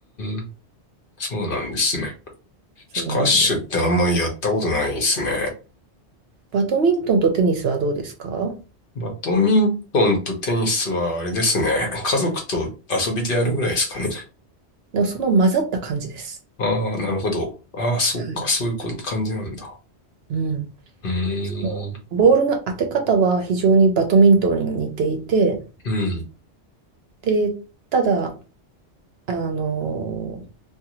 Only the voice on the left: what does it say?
ん。そうなんですね。スカッシュってあんまりやったことないですね。
バドミントンとテニスはあれですね。家族と遊びでやるぐらいですかね。
ああ、なるほど。ああ、そうか。
そういうこ感じなんだ。
うーん。
うん。